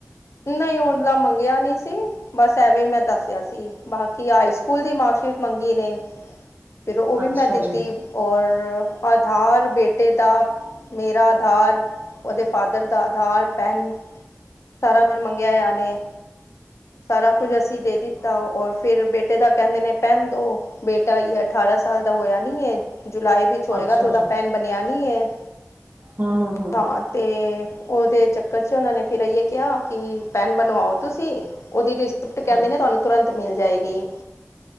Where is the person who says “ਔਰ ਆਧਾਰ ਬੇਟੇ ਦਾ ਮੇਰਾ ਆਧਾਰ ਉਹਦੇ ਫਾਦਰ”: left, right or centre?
Left